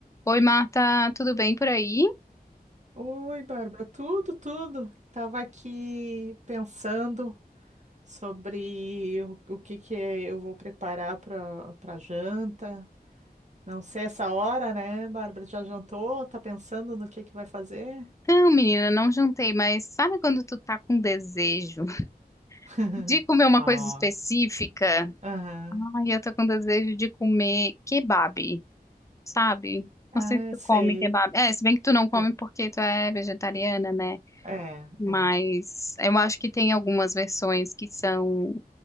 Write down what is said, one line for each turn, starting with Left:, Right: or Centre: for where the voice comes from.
Left: Oi, Marta, tudo bem por aí?
Right: Oi, Bárbara, tudo, tudo. Tava aqui pensando sobre o, o que que eu vou preparar para para janta. Não sei essa hora, né, Bárbara? Já jantou? Tá pensando no que que vai fazer?
Left: Não, menina, não jantei, mas sabe quando tu tá com desejo <laughs>
Right: <laughs>
Left: de comer uma
Right: Ó.
Left: coisa específica?
Right: Aham.
Left: Ai, eu tô com desejo de comer kebab, sabe?
Right: Ah,
Left: Não sei se tu
Right: sei.
Left: come kebab. É,
Right: Sei.
Left: se bem que tu não come porque tu é vegetariana, né?
Right: É,
Left: Mas
Right: é.
Left: eu acho que tem algumas versões que são